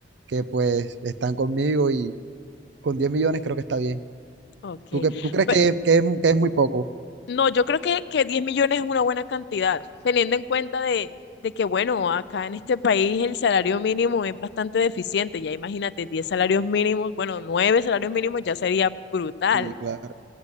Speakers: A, on the right (about 70°); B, on the left (about 65°).
A: que pues, están conmigo y con 10 millones creo que está bien.
B: Ok.
A: ¿Tú, qué, tú crees
B: Ve-
A: que, que es, que es muy poco?
B: No, yo creo que, que 10 millones es una buena cantidad, teniendo en cuenta de, de que, bueno, acá en este país el salario mínimo es bastante deficiente. Ya imagínate, 10 salarios mínimos, bueno, 9 salarios mínimos ya sería brutal.
A: Sí, claro.